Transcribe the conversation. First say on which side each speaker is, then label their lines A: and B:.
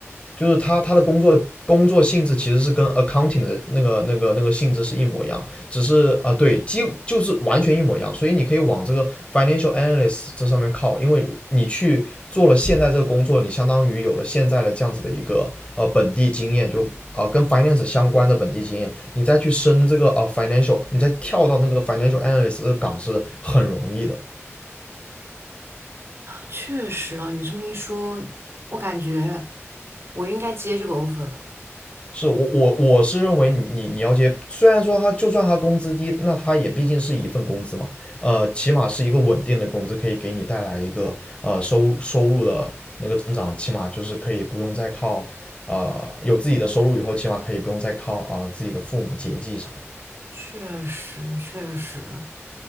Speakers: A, on the left (about 25°); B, on the right (about 55°).
A: 就是他他的工作工作性质其实是跟 accounting 的那个那个那个性质是一模一样，只是啊、呃对，几就是完全一模一样，所以你可以往这个 financial analyst 这上面靠，因为你去做了现在这个工作，你相当于有了现在的这样子的一个呃本地经验，就啊、呃跟 finance 相关的本地经验，你再去升这个啊、呃 financial，你再跳到那个 financial analyst 这个岗是很容易的。
B: 确实啊，你这么一说，我感觉我应该接这个 offer 的。
A: 是我我我是认为你你要接，虽然说他就算他工资低，那他也毕竟是一份工资嘛，呃，起码是一个稳定的工资，可以给你带来一个呃收收入的那个增长，起码就是可以不用再靠呃有自己的收入以后，起码可以不用再靠啊、呃自己的父母节济啥的。
B: 确实，确实